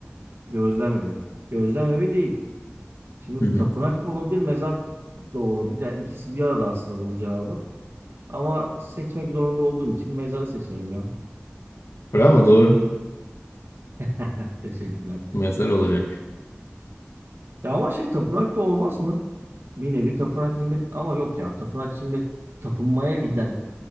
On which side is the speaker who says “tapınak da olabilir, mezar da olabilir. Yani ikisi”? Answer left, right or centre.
Right